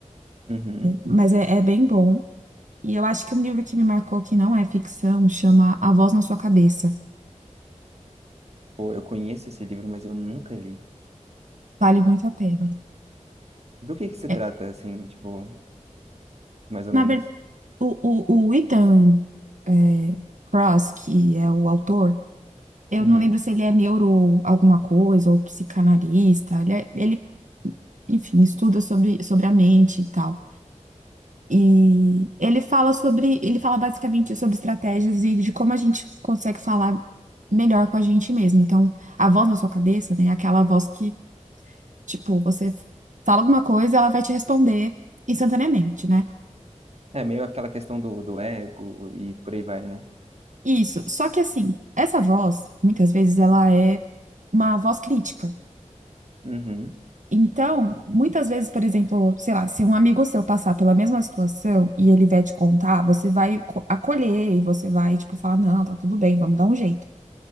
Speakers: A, on the right; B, on the right.
A: Uhum.
B: mas é é bem bom. E eu acho que um livro que me marcou que não é ficção chama A Voz na Sua Cabeça.
A: Pô, eu conheço esse livro, mas eu nunca li.
B: Vale muito a pena.
A: Do que que se
B: É,
A: trata, assim, tipo, mais ou
B: na
A: menos.
B: verdade, o, o, o Ethan é, Cross, que é o autor, eu
A: Uhum.
B: não lembro se ele é neuro alguma coisa ou psicanalista. Ele, é- ele enfim, estuda sobre, sobre a mente e tal. E ele fala sobre, ele fala basicamente sobre estratégias e de como a gente consegue falar melhor com a gente mesmo. Então, a voz na sua cabeça, né, é aquela voz que, tipo, você fala alguma coisa, ela vai te responder instantaneamente, né?
A: É meio aquela questão do, do ego e por aí vai, né?
B: Isso. Só que assim, essa voz, muitas vezes, ela é uma voz crítica.
A: Uhum.
B: Então, muitas vezes, por exemplo, sei lá, se um amigo seu passar pela mesma situação e ele vier te contar, você vai co- acolher e você vai, tipo, falar, não, tá tudo bem, vamos dar um jeito.